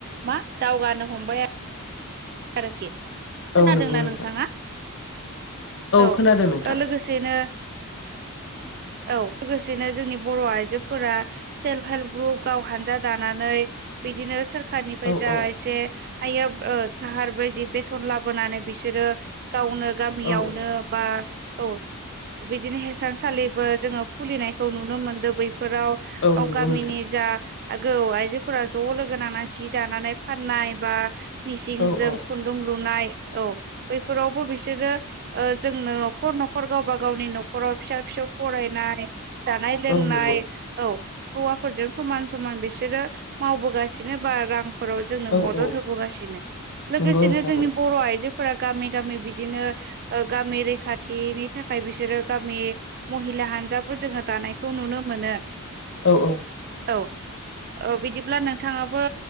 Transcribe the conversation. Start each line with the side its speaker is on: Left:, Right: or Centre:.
Right: मा दावगानो हमबाय आरो आरोखि खोनादोंना
Left: औ नंगौ नोंथां
Right: नोंथाङा औ
Left: खोनादों नोंथां
Right: लोगोसेनो औ लोगोसेनो जोंनि बर' आइजो फोर सेल्फ हेल्प ग्रुप गाव हानजा दानानै बिदिनो खारनिफ्राय
Left: औ
Right: जा
Left: औ
Right: एसे हाया दाहार बायदि बेथन लाबोनानै बिसोरो गावनो गामियावनो
Left: औ औ
Right: बा औ बिदिनो हेसानसालिबो जोङो खुलिनायखौ नुनो मोनदों बै फोराव औ
Left: नंगौ
Right: गामिनि
Left: नोंथां
Right: जा आगौ आइजोफोरा ज' लोगो नांना जि दानानै फाननाय बा मिसिंजों
Left: औ औ
Right: खुन्दुं लुनाय औ बैफोरावबो बिसोरो जोंनो न'खर न'खर गावबा गावनि न'खराव फिसा फि फिसौ फरायनाय जानाय लोंनाय
Left: औ नंगौ
Right: औ हौवाफोरजों समान समान बिसोरो मावबोगासिनो बा रां फोराव जोंनो
Left: औ
Right: मदद
Left: औ
Right: होबोगासिनो लोगोसेनो
Left: नंगौ नोंथां
Right: जोंनि बर' आइजो फोर गामि गामि बिदिनो गामि रैखाथिनि थाखाय बिसोरो गामि महि मला हानजाबो जोङो दानायखौ नुनो मोनो
Left: औ औ
Right: औ बिदिब्ला नोंथाङाबो